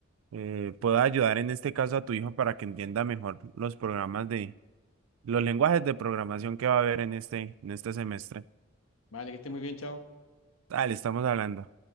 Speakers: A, on the right; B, on the left.
A: eh, puedo ayudar en este caso a tu hijo para que entienda mejor los programas de, los lenguajes de programación que va a haber en este, en este semestre.
B: Vale, que estés muy bien, chao.
A: Dale, estamos hablando.